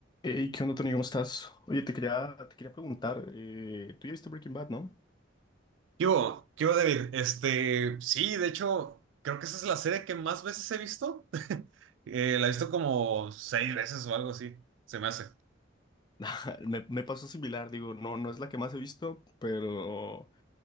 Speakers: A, on the left; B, on the right.
A: Hey, ¿qué onda, Tony? ¿Cómo estás? Oye, te quería, te quería preguntar, eh, tú ya viste Breaking Bad, ¿no?
B: ¿Qué hubo? ¿Qué hubo, David? Este, sí, de hecho, creo que esa es la serie que más veces he visto. <laughs> Eh, la he visto como seis veces o algo así, se me hace.
A: <laughs> Me, me pasó similar, digo, no, no es la que más he visto, pero